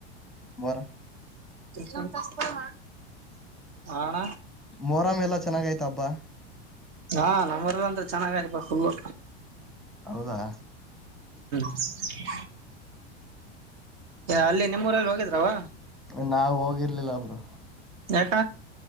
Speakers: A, in the centre; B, on the right.
A: ಮರ
B: ಹ ಅಣ್ಣ
A: ಮೊರಾಮ್ ಎಲ್ಲಾ ಚೆನ್ನಾಗಯ್ತ ಹಬ್ಬಾ
B: ಹಾ ನಮ್ಮರ್ಂದ ಚೆನ್ನಾಗಪಾ ಫುಲ್ಲು
A: ಹೌದಾ
B: <unintelligible> ಅಲ್ಲಿ ನಿಮ್ಮೂರಲ್ಲಿ ಹೋಗಿದ್ರವ
A: ನಾವ್ ಹೋಗಿರ್ಲಿಲ್ಲ ಬ್ರೋ
B: ಯಕ್ಕ